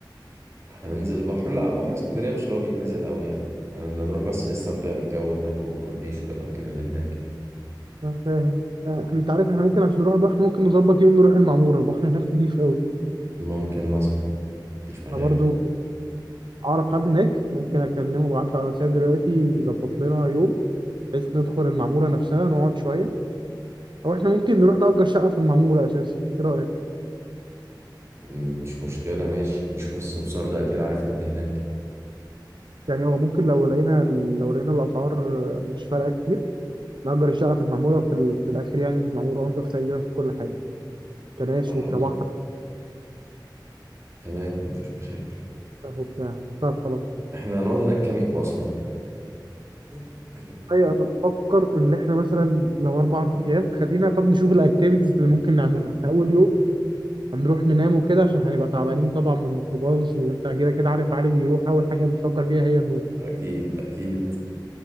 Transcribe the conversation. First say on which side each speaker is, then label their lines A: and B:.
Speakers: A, on the right; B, on the right.
A: احنا ننزل البحر لا بحر اسكندرية مش اللي هو بيتنزل قوي يعني احنا نروح بس نستمتع بالجو هناك وبالكورنيش وبالأماكن اللي هناك
B: انا فاهم آه، احنا انت عارف احنا ممكن عشان نروح البحر ممكن نظبط يوم نروح المعموره البحر هناك نضيف قوي
A: ممكن مثلا مفيش مشاكل
B: انا برضو اعرف حد هناك ممكن اكلمه ابعت له على واتساب دلوقتي يظبط لنا يوم بحيث ندخل المعموره نفسها نقعد شويه او احنا ممكن نروح نأجر شقه في المعموره اساسا ايه رايك
A: م- مش مشكلة ماشي نشوف السمسار ده أكيد عارف حد هناك
B: يعني هو ممكن لو لقينا لو لقينا الاسعار مش فارقه كتير نأجر الشقه في المعموره في, ال... في الاخر يعني المعموره انضف تقريبا في كل حاجه كناس
A: خلاص
B: وكبحر
A: تمام مفيش مشاكل
B: وبتاع طب خلاص
A: احنا هنقعد هناك كام يوم أصلا <clears throat>
B: ايوه انا بفكر ان احنا مثلا لو اربع ايام خلينا طب نشوف الاكتيفيتيز اللي ممكن نعملها احنا اول يوم هنروح ننام وكده عشان هنبقى تعبانين طبعا من الميكروباص وانت كده كده عارف علي بيروح اول حاجه بيفكر فيها هي النوم
A: أكيد أكيد